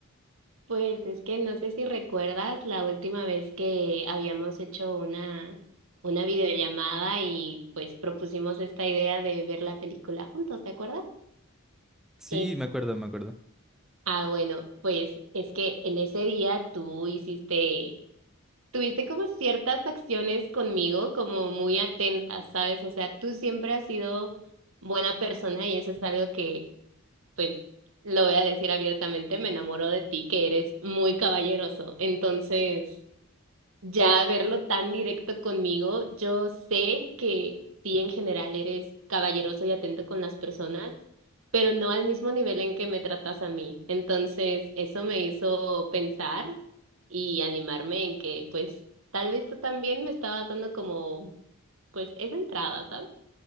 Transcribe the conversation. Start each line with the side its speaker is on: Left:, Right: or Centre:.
Right: Pues es que no sé si recuerdas la última vez que habíamos hecho una, una videollamada y pues propusimos esta idea de ver la película juntos, ¿te acuerdas?
Centre: Sí,
Right: Es,
Centre: me acuerdo, me acuerdo.
Right: ah, bueno, pues es que en ese día tú hiciste, tuviste como ciertas acciones conmigo como muy atentas, ¿sabes? O sea, tú siempre has sido buena persona y eso es algo que, pues, lo voy a decir abiertamente, me enamoro de ti, que eres muy caballeroso. Entonces... ya verlo tan directo conmigo, yo sé que sí en general eres caballeroso y atento con las personas, pero no al mismo nivel en que me tratas a mí. Entonces, eso me hizo pensar y animarme en que pues tal vez tú también me estabas dando como pues esa entrada, ¿sabes?